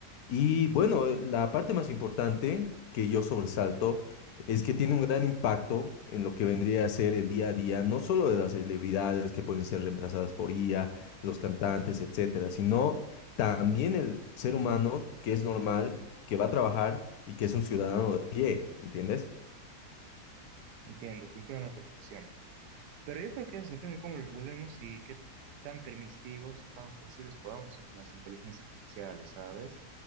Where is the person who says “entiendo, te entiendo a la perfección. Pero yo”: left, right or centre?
Right